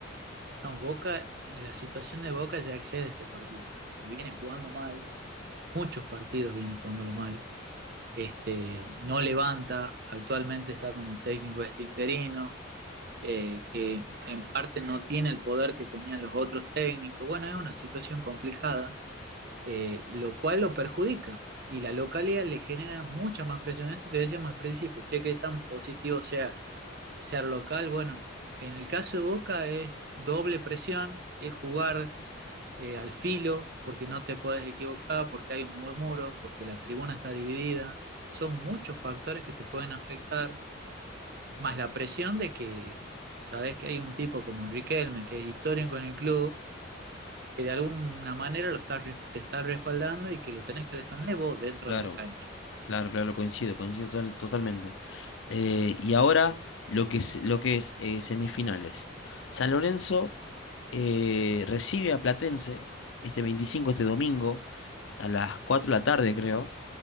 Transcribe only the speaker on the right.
No, Boca, la situación de Boca ya excede este partido, porque viene jugando mal, muchos partidos viene jugándolo mal, este, no levanta, actualmente está con el técnico este interino, eh, que en parte no tiene el poder que tenían los otros técnicos, bueno, es una situación complicada, eh, lo cual lo perjudica, y la localidad le genera mucha más presión, esto que decíamos al principio, che, que tan positivo sea ser local, bueno, en el caso de Boca es doble presión, es jugar eh, al filo, porque no te puedes equivocar, porque hay un murmuro, porque la tribuna está dividida. Son muchos factores que te pueden afectar, más la presión de que sabes que hay un tipo como Riquelme, que es histórico en el club, que de alguna manera lo está, res- te está respaldando y que lo tenés que defender vos dentro
de la cancha.